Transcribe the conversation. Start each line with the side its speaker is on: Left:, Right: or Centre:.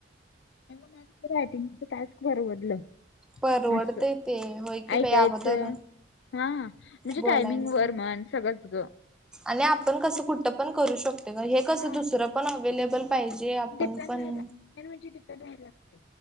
Left: आई मग माझं तर रायटिंगचं टास्क परवडलं.
Centre: परवडत
Left: असं
Centre: ते होय की,
Left: ऐकायचं.
Centre: बाई अगोदर.
Left: हा म्हणजे,
Centre: बोलायचं.
Left: टायमिंग वर म्हण सगळंच गं.
Centre: आणि आपण कसं कुठं पण करू शकतो हे, कसं
Left: हा
Centre: दुसर पण अवलेबल. पाहिजे आपण
Left: डिपेंड
Centre: पण.
Left: राहायला मेन म्हणजे डिपेंड राहायला लागते.